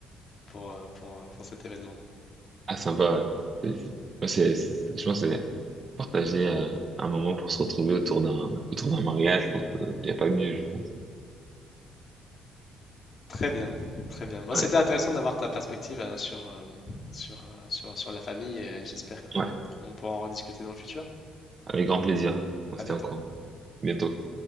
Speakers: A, on the left; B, on the right.
A: pour, euh, pour, euh, pour cet événement.
B: Ah, sympa. ouais. C'est- c'est- ouais, c'est- c'est- je pense que c'est partager euh, un moment pour se retrouver autour d'un autour d'un mariage, je pense qu'il n'y a pas mieux, je pense.
A: Très bien, très bien. Bon,
B: Ouais,
A: c'était intéressant d'avoir ta perspective hein, sur, euh, sur, euh, sur, sur la famille et j'espère qu'on
B: ouais,
A: pourra en rediscuter dans le futur.
B: avec grand plaisir. On
A: À
B: se
A: bientôt.
B: tient au courant. Bientôt.